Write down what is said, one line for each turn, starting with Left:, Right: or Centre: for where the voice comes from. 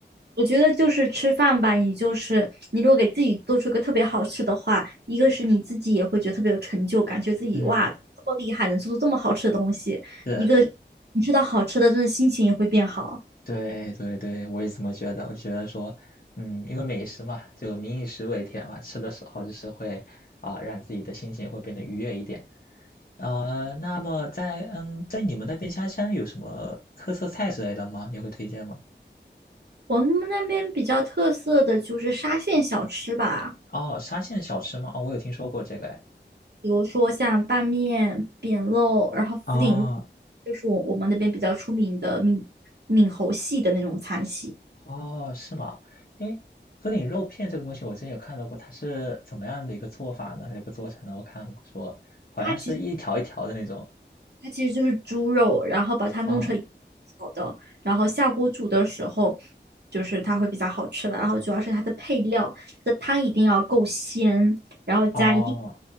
Right: 我觉得就是吃饭吧，你就是你如果给自己做出一个特别好吃的话，一个是你自己也会觉得特别有成就感，觉得自己哇这么厉害，
Left: 嗯。
Right: 能做出这么好吃的东西；
Left: 是，
Right: 一个你吃到好吃的，真的心情也会变好。
Left: 对对对，我也这么觉得。我觉得说，嗯，因为美食嘛，就民以食为天嘛，吃的时候就是会啊、让自己的心情会变得愉悦一点。呃，那么在嗯，在你们那边家乡有什么特色菜之类的吗？你会推荐吗？
Right: 我们那边比较特色的就是沙县小吃吧，
Left: 哦，沙县小吃吗？哦，我有听说过这个哎。
Right: 比如说像拌面、扁肉，然后福鼎肉
Left: 哦
Right: 就是我我们那边比较出名的闽闽侯系的那种餐系。
Left: 哦，是吗？诶，鸽顶肉片这个东西我之前有看到过，它是怎么样的一个做法呢？一个做成的？我看说好像是一条一条的那种
Right: 它其实。它其实就是猪肉，然后把它弄成
Left: 啊。
Right: 小的，然后下锅煮的时候，就是它会比较好吃了。然后主要是它的配料，它的汤一定要够鲜，然后加一定
Left: 哦